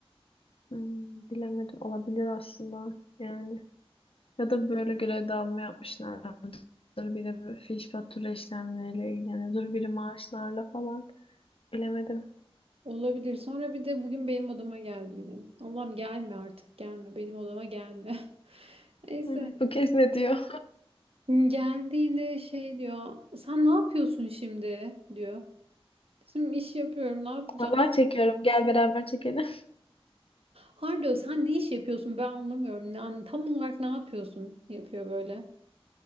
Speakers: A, on the left; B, on the right.
A: Hmm, bilemedim olabilir aslında yani. Ya da böyle görev dağılımı yapmışlardır. Biri böyle fiş fatura işlemleriyle ilgileniyordur. Biri maaşlarla falan. Bilemedim.
B: Olabilir. Sonra bir de bugün benim odama geldi yine. Allah'ım gelme artık gelme. Benim odama gelme. <laughs> Neyse.
A: Hmm, bu kez ne diyor?
B: Geldi yine şey diyor. Sen ne yapıyorsun şimdi? diyor. Şimdi iş yapıyorum ne yapacağım?
A: Vallahi çekiyorum. Gel beraber çekelim.
B: Har sen ne iş yapıyorsun ben anlamıyorum. Yani tam olarak ne yapıyorsun? Yapıyor böyle.